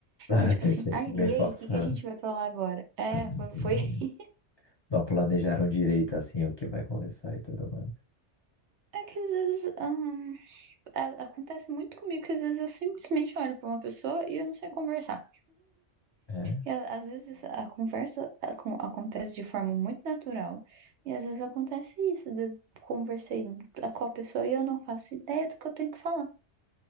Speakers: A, on the left; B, on the right.
A: Ah,
B: E tipo
A: entendi.
B: assim, ai,
A: Bem
B: e
A: forçado.
B: aí, o que que a gente vai falar agora? É,
A: Ah, Entendi.
B: foi, foi. <laughs>
A: Não planejaram direito assim o que vai conversar e tudo mais.
B: É que às vezes, hum, a- acontece muito comigo que às vezes eu simplesmente olho pra uma pessoa e eu não sei conversar.
A: É,
B: E a- às vezes a conversa acon- acontece de forma muito natural, e às vezes acontece isso, de eu conversei a- com a pessoa e eu não faço ideia do que eu tenho que falar.